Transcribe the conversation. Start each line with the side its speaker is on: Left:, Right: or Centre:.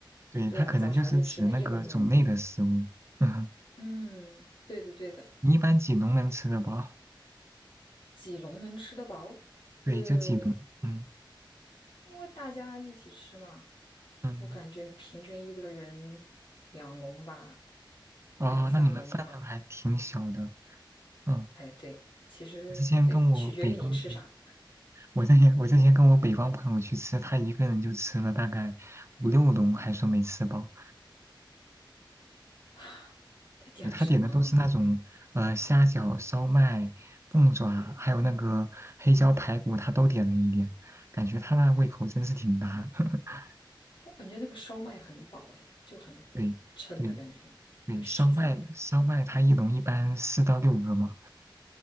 Right: 对，
Left: 对啊，
Right: 它可能就是指那个种类的食物。
Left: 早茶就吃那一笼一笼的，
Right: 嗯，
Left: 嗯，对的对的，
Right: 你一般几笼能吃得饱？
Left: 几笼能吃得饱？
Right: 对，
Left: 呃，
Right: 就几笼。嗯
Left: 因为大家一起吃嘛，
Right: 嗯，
Left: 我感觉平均一个人两笼吧，
Right: 哦，
Left: 两三笼吧。
Right: 那你们饭量还挺小的。嗯，
Left: 哎，对，其实对，
Right: 我之前跟我北方，
Left: 取决于你吃啥。
Right: 我之前我之前跟我北方朋友去吃，他一个人就吃了大概五六笼，还说没吃饱。
Left: <gasps> 他点了什么啊？
Right: 他点的都是那种呃虾饺、烧麦、凤爪，还有那个黑椒排骨，他都点了一点，感觉他那胃口真是挺大。<laughs>
Left: 我感觉那个烧麦很饱，哎，就很
Right: 对对
Left: 撑的感觉，
Right: 对，
Left: 很实在。
Right: 烧麦烧麦，他一笼一般四到六个嘛。